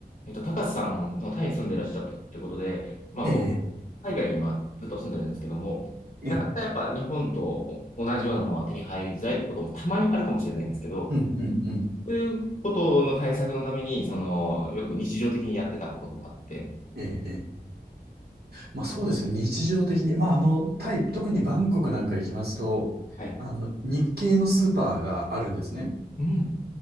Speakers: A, on the left (about 45°); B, on the right (about 70°).
A: えっと、高瀬さん、そのタイに住んでらっしゃったってことで、まあ僕、
B: ええ、
A: 海外に今ずっと住んでるんですけども、
B: ええ、
A: なかなかやっぱ日本と同じようなものは手に入りづらいってこともたまにあるかもしれないんですけど、
B: うん、うん、うん。
A: そういうことの対策のために、その、よく日常的にやってたこととかって。
B: ええ、ええ。まあそうですね。日常的に。まああの、タイ、特にバンコクなんか行きますと、
A: はい。
B: あの、日系のスーパーがあるんですね。
A: うん。